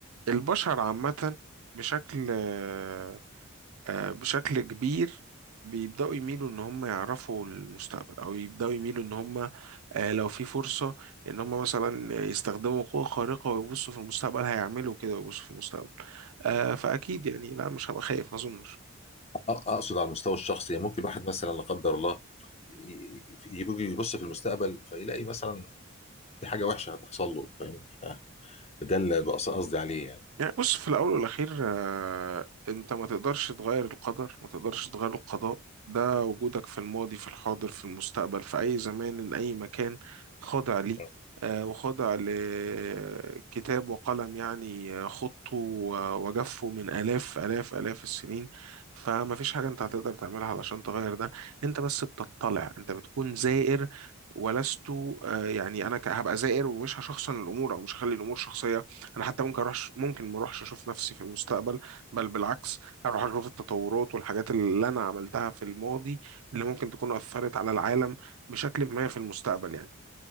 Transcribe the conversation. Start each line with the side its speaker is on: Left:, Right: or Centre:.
Right: البشر عامة بشكل آه، آه، بشكل كبير بيبدأوا يميلوا ان هم يعرفوا المستقبل او يبدأوا يميلوا ان هم آه، لو في فرصة ان هم مثلا يستخدموا قوة خارقة ويبصوا في المستقبل هيعملوا كده ويبصوا في المستقبل آه، فأكيد يعني لا مش هبقى خايف ما اظنش
Left: أ- اقصد على المستوى الشخصي يعني ممكن الواحد مثلا لا قدر الله ي- يجي يبص في المستقبل فيلاقي مثلا في حاجة وحشة هتحصل له فاهم آه، ده اللي بقص- قصدي عليه يعني
Right: يعني بص في الأول والأخير آه، أنت ما تقدرش تغير القدر ما تقدرش تغير القضاء ده وجودك في الماضي في الحاضر في المستقبل في أي زمان أي مكان خاضع ليه
Left: آه.
Right: آه، وخاضع لكتاب وقلم يعني آه، خطه و- وجفه من آلاف آلاف آلاف السنين فما فيش حاجة أنت هتقدر تعملها علشان تغير ده أنت بس بتطلع أنت بتكون زائر ولست آه، يعني أنا ك- هبقى زائر ومش هشخصن الأمور أو مش هخلي الأمور شخصية انا حتى ممكن اروح ممكن ما اروحش اشوف نفسي في المستقبل بل بالعكس هروح اشوف التطورات والحاجات اللي انا عملتها في الماضي اللي ممكن تكون اثرت على العالم بشكل ما في المستقبل يعني